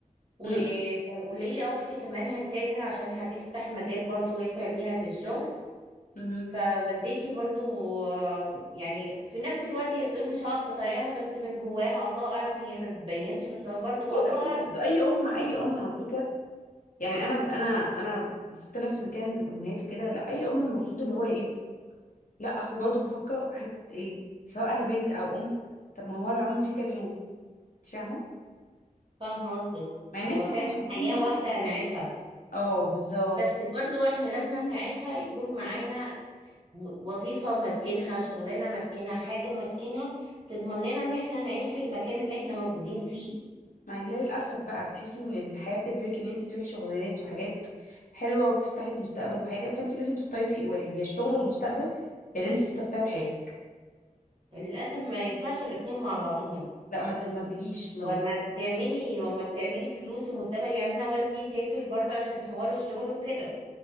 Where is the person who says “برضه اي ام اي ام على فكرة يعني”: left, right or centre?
Left